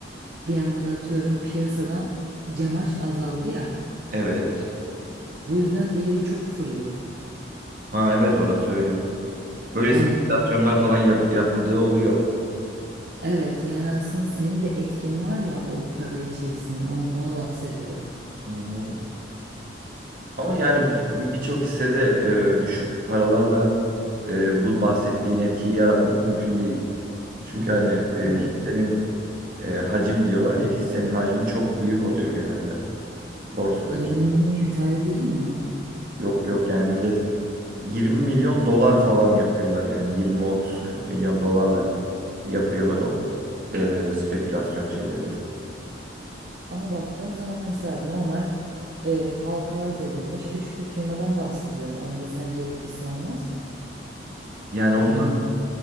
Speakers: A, on the right; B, on the right.
A: bir anda atıyorum piyasadan Cemaş azaldı ya.
B: Evet.
A: Bu yüzden değeri çok fırlıyor.
B: Ha evet orası öyle. Böyle
A: Hani
B: spekülasyonlar falan yap- yapıldığı oluyor.
A: evet yani aslında senin de etkin var ya o para içerisinde on- onu bahsediyorum.
B: Hı hı. Ama yani bir- bu- birçok hissede e, düşük paralarla e, bu bahsettiğin etkiyi yaratmak mümkün değil. Çünkü hani e,
A: Evet.
B: hissenin e, hacim diyorlar ya hissenin hacmi çok büyük oluyor genelde borsadaki.
A: 20 milyon yeterli değil mi ya?
B: Yok yok yani millet 20 milyon dolar falan yapıyorlar yani 20 30 40 milyon dolarla yapıyorlar o e, spekülasyon şeylerini.
A: Ama baktığın zaman mesela normal e, halka arz edilmiş küçük bir firmadan bahsediyorum. Onda sence etkisi olmaz mı?
B: Yani onun
A: 20 milyon.